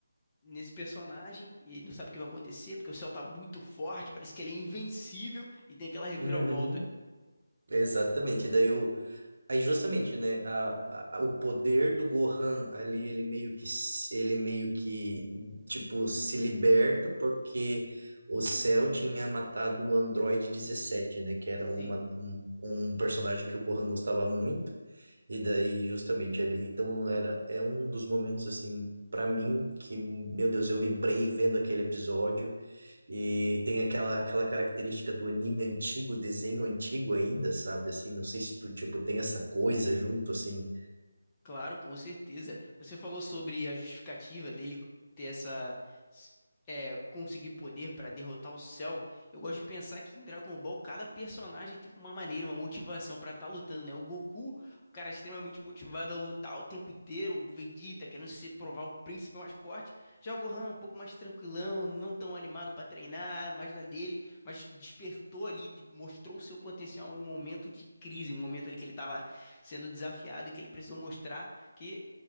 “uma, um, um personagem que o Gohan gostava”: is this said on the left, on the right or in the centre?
Right